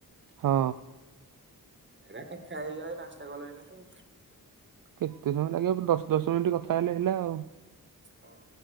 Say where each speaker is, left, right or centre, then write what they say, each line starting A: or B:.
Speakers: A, on the right (about 60°); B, on the right (about 30°).
A: ହଁ।
B: ଏଟା କଥା ହେଇଯାଏ ପାନ୍ସ ଟା କଲ୍ ଏଇନା ତ
A: କେତେ ସମୟ ଲାଗିବ ପୁ- ଦଶ ଦଶ ମିନିଟ୍ କଥା ହେଲେ ହେଲା ଆଉ।
B: ହଁ।